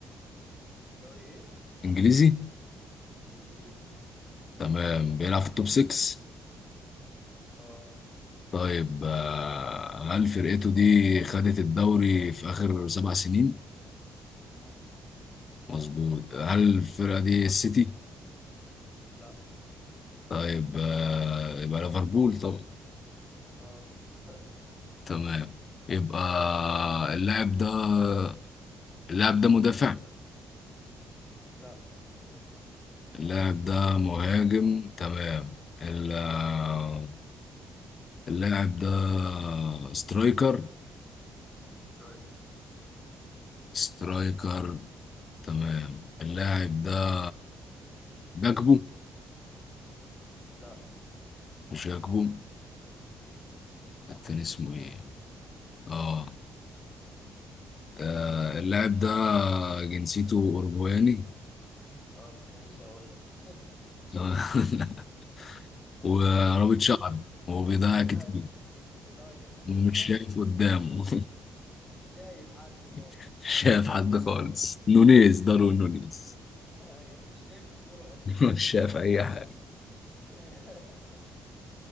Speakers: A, on the left; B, on the left.
A: دوري ايه
B: انجليزي
A: انجليزي
B: تمام بيلعب في التوب 6
A: اه
B: طيب آه هل فرقته دي خدت الدوري في اخر سبع سنين؟
A: مم.
B: مظبوط هل الفرقة دي السيتي؟
A: لا
B: طيب آه، يبقى ليفربول طبعا
A: اه <laughs>
B: تمام يبقى اللاعب ده اللاعب ده مدافع
A: لا مهاجم
B: اللاعب ده مهاجم تمام ال- آه، اللاعب ده سترايكر
A: سترايك
B: سترايكر تمام اللاعب ده جاكبو
A: لا
B: مش جاكبو
A: مم.
B: التاني اسمه ايه؟ اه آه، اللاعب ده جنسيته أوروجواني
A: اه كنت لسه هقول لك
B: تمام. <laughs> ورابط
A: <laughs>
B: شعره وبيضيع كتير
A: ايوه اللي بيضيع
B: ومش
A: <laughs>
B: شايف قدامه
A: مش شايف حد خالص
B: <laughs> مش شايف حد خالص نونيز دارون نونيز
A: <laughs> ايوه مش شايف الكرة اصلا
B: <laughs> مش شايف أي حاجة
A: <laughs>